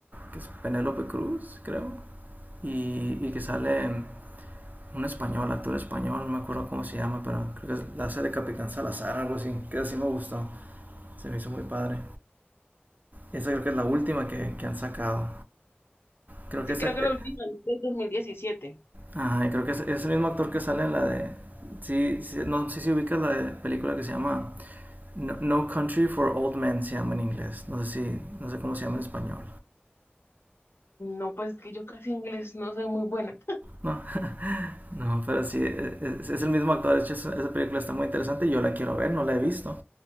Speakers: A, on the right; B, on the left.
A: que es Penélope Cruz, creo. Y, y que sale un español, actor español, no me acuerdo cómo se llama, pero creo que es la hace de Capitán Salazar, algo así, que así me gustó, se me hizo muy padre. esa creo que es la última que, que han sacado. Creo
B: sí
A: que esa,
B: creo que
A: eh,
B: la última es del dos mil diecisiete
A: ajá, y creo que es, es el mismo actor que sale en la de, sí, sí, no sé si ubicas la de- película que se llama no, No Country for Old Men, se llama en inglés, no sé si, no sé cómo se llama en español,
B: No, pues es que yo casi en inglés no soy muy buena.
A: ¿no? No, pero sí, e, e, es, es el mismo actor. De hecho, esa esa película está muy interesante. y Yo la quiero ver, no la he visto.